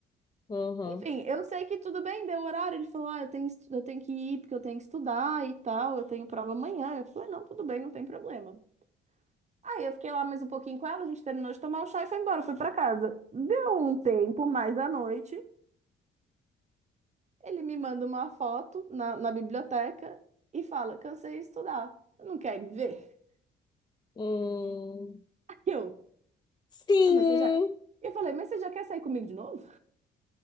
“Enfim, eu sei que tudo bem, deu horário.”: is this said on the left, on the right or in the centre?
Right